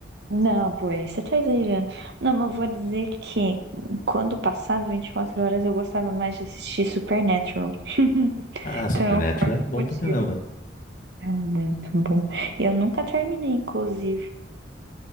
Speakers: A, on the right; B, on the left.
A: Não, pois, você tá exagerando. Não, mas eu vou dizer que quando passava vinte e quatro horas eu gostava mais de assistir Supernatural. <laughs>
B: Ah, Supernatural
A: Então é um forte
B: é bom
A: motivo.
B: pra caramba.
A: É muito bom. Eu nunca terminei, inclusive.